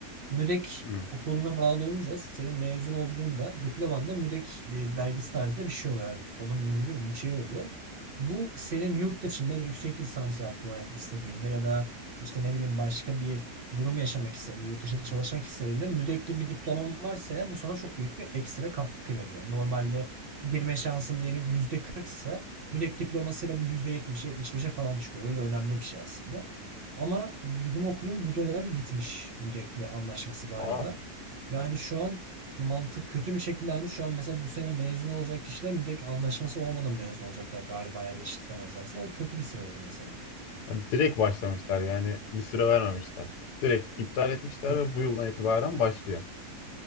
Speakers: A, on the right; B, on the left.
A: MÜREK
B: Hı.
A: okuluna bağlı olunca senin mezun olduğunda diplomanda MÜREK e, belgesi tarzında bir şey oluyor. Yani Onun mührü mü, bir şey oluyor. Bu senin yurt dışında yüksek lisans yapmanı istediğinde ya da işte ne bileyim başka bir durum yaşamak istediğinde, yurt dışında çalışmak istediğinde mürekli bir diploman varsa eğer bu sana çok büyük bir ekstra katkı veriyor. Normalde girme şansın diyelim ki %40'sa müdek diplomasıyla bu %70'e 75'e falan çıkıyor. Öyle önemli bir şey aslında. Ama bizim okulun bu dönem bitmiş müdekli anlaşması galiba.
B: Aa,
A: Ve hani şu an mantık kötü bir şekilde hani şu an mesela bu sene mezun olacak kişiler müdek anlaşması olmadan mezun olacaklar galiba eğer yetiştiremezlerse. O kötü bir şey oldu mesela.
B: hani direkt başlamışlar yani bir süre vermemişler. Direkt iptal etmişler
A: Yok.
B: ve bu yıldan itibaren başlıyor.